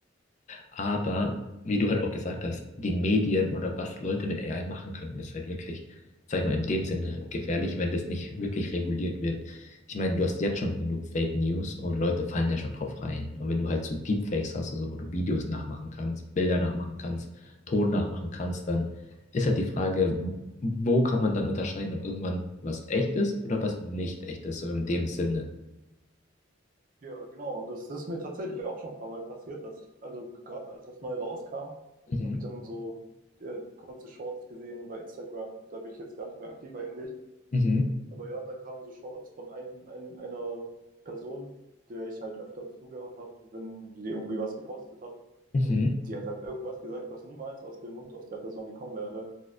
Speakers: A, on the left (about 35°); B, on the right (about 45°).
A: Aber wie du halt auch gesagt hast, die Medien oder was Leute mit AI machen können, ist halt wirklich, sag ich mal, in dem Sinne gefährlich, wenn das nicht wirklich reguliert wird. Ich meine, du hast jetzt schon genug Fake News und Leute fallen ja schon drauf rein. Und wenn du halt so Deepfakes hast, also wo du Videos nachmachen kannst, Bilder nachmachen kannst, Ton nachmachen kannst, dann ist halt die Frage, wo kann man dann unterscheiden, ob irgendwann was echt ist oder was nicht echt ist, so in dem Sinne.
B: Ja, genau, das ist mir tatsächlich auch schon ein paar Mal passiert, dass ich, also gerade als das neu rauskam,
A: Mhm.
B: habe ich dann so äh, kurze Shorts gesehen bei Instagram, da bin ich jetzt gar nicht mehr aktiv eigentlich,
A: Mhm.
B: Aber ja, dann kamen so Shorts von ein, ein, einer Person, der ich halt öfter zugehört habe, wenn die irgendwie was gepostet hat.
A: Mhm.
B: Und die hat halt irgendwas gesagt, was niemals aus dem Mund aus der Person gekommen wäre.